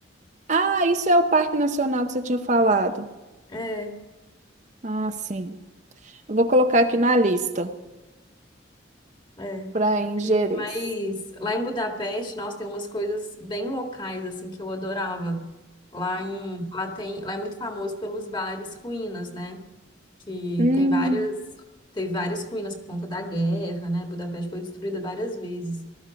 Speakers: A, on the right; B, on the left.
A: Ah, isso é o Parque Nacional que você tinha falado.
B: É,
A: Ah, sim. Eu vou colocar aqui na lista
B: é.
A: para em Gerês.
B: Mas lá em Budapeste, nossa, tem umas coisas bem locais, assim, que eu adorava. Lá em, lá tem, lá é muito famoso pelos bares ruínas, né? Que
A: Hum,
B: tem várias, teve várias ruínas por conta da guerra, né? Budapeste foi destruída várias vezes.